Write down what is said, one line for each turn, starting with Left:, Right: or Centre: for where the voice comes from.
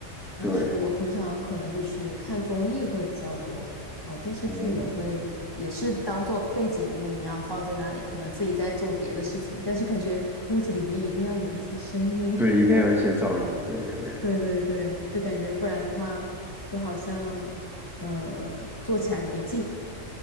Left: 但是我平常可能就是看综艺会比较多，
Centre: 对，
Left: 哦，电视剧也会，
Centre: 哦，
Left: 也是当做背景音一样放在那里，可能自己在做别的事情，但是感觉屋子里面一定要有一些声音。
Centre: 对，一定要有一些噪音。
Left: <laughs>
Centre: 对对对，
Left: 对对对，就感觉不然的话，就好像嗯，做起来没劲。